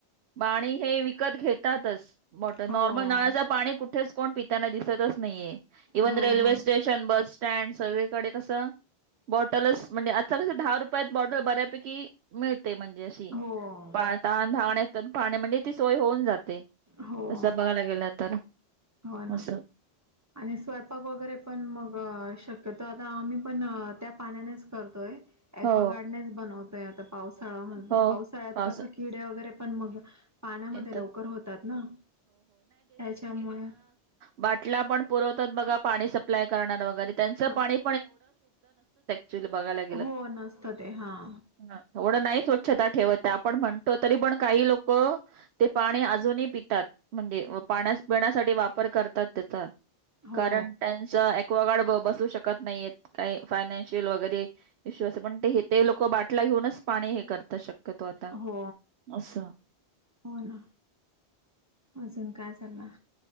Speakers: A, on the right; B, on the right.
A: पाणी हे विकत घेतातच. वॉटर
B: हो
A: नॉर्मल नळाच पाणी कुठेच कोण पिताना दिसतच नाहीये इव्हन
B: हो
A: रेल्वे
B: हो
A: स्टेश शन बस स्टँड सगळीकडे कसं? बॉटलच म्हणजे आज कसं दहा रुपयात बॉटल बऱ्यापैकी मिळते म्हणजे
B: हो
A: पा तहान भागण्याचं पाण्यामध्ये म्हणजे ती सोय होऊन जाते.
B: हो
A: तस बघायला गेलं तर
B: हो ना.
A: असं
B: आणि स्वयंपाक वगैरे पण मग शक्यतो आता आम्ही पण त्या पाण्यानेच करतोय. अक्वागार्डनेच
A: हो
B: बनवतय आता पावसाळा
A: हो
B: पावसाळ्यात
A: पावसात
B: कस किडे वगैरे पण मग पाण्यामध्ये
A: येतात
B: लवकर होतात ना त्याच्यामुळे
A: बाटल्या पण पुरवतात बघा पाणी सप्लाय करणार वगैरे त्यांचं
B: हा
A: पाणी च बघाला
B: हो नसतं ते हां.
A: ह थोडं नाही स्वच्छता ठेवत आपण म्हणतो तरी पण काही लोक ते पाणी अजूनही पितात म्हणजे पाण्या पिण्यासाठी वापर करतात त्याचा
B: हो
A: कारण त्यांच अक्वागार्ड बसू शकत नाहीेत काही फायनान्शियल वगैरे इश्यू अस पण ते ते लोक बाटल्या घेऊनच पाणी हे करता शक्यतो आता
B: हो
A: असं.
B: हो ना अजून का चाललं.